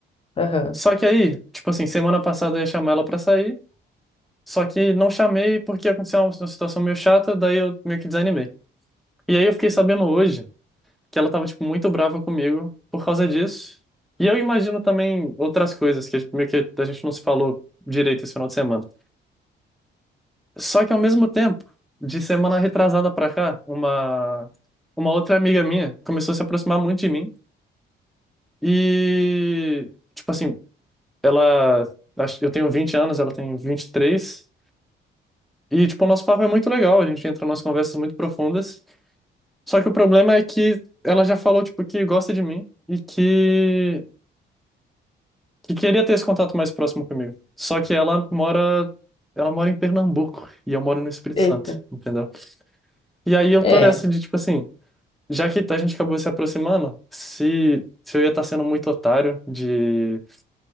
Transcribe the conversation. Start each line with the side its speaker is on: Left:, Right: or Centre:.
Left: aham.
Centre: Só que aí, tipo assim, semana passada eu ia chamar ela pra sair, só que não chamei porque aconteceu uma uma situação meio chata, daí eu meio que desanimei. E aí eu fiquei sabendo hoje. que ela tava, tipo, muito brava comigo por causa disso. E eu imagino também outras coisas que a gente- meio que a gente não se falou direito esse final de semana. Só que ao mesmo tempo, de semana retrasada pra cá, uma uma outra amiga minha começou a se aproximar muito de mim e tipo assim, ela acho- eu tenho 20 anos, ela tem 23 e tipo o nosso papo é muito legal, a gente entra em umas conversas muito profundas. Só que o problema é que ela já falou tipo que gosta de mim e que que queria ter esse contato mais próximo comigo. Só que ela mora, ela mora em Pernambuco e eu moro no Espírito
Left: Eita.
Centre: Santo, entendeu? E aí eu
Left: É.
Centre: tô nessa de tipo assim, já que a gente acabou se aproximando, se se eu ia estar sendo muito otário de